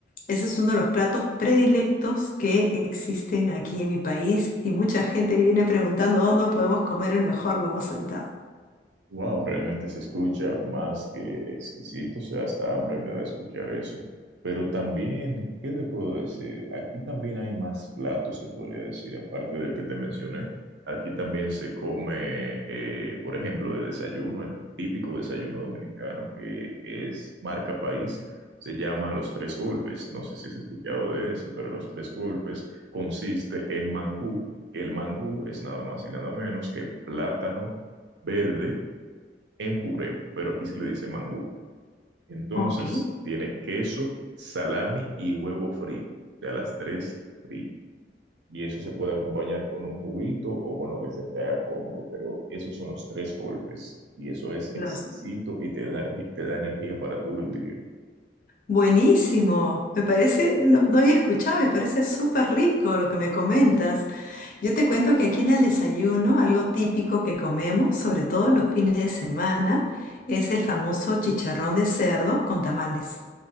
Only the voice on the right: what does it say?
Wow, realmente se escucha más que exquisito, o sea, hasta hambre me da escuchar eso. Pero también, ¿qué te puedo decir? Aquí también hay más platos, te podría decir, aparte del que te mencioné. Aquí también se come, eh, por ejemplo, de desayuno, el típico desayuno dominicano que es marca país, se llama Los Tres Golpes. No sé si has escuchado de ese, pero Los Tres Golpes consiste en mangú. El mangú es nada más y nada menos que plátano verde en puré, pero aquí se le dice mangú. Entonces,
tiene queso, salami y huevo frito, de a las tres fritas. Y eso se puede acompañar con un juguito o con lo que se te haga cómodo, pero esos son los tres golpes. Y eso es exquisito
y te da, energi- te da energía para todo el día.